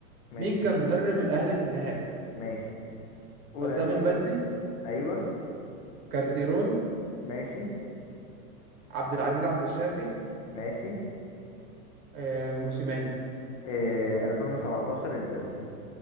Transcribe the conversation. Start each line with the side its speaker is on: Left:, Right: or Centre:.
Left: ماشي
Right: مين كان مدرب الأهلي في النهائي
Left: ماشي قول
Right: حسام
Left: اسامي
Right: البدري
Left: ايوه
Right: كارتيرون
Left: ماشي
Right: عبد العزيز عبد الشافي
Left: ماشي
Right: آه موسيماني
Left: آه 2017 البدري